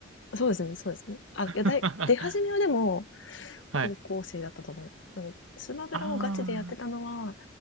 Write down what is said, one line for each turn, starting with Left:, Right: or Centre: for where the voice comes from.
Left: そうですね、そうですね。あ、
Right: <laughs>
Left: いや、だい、出始めはでも、
Right: はい。
Left: 高校生だったと思います。その、スマブラをガチでやってたのは、
Right: ああ。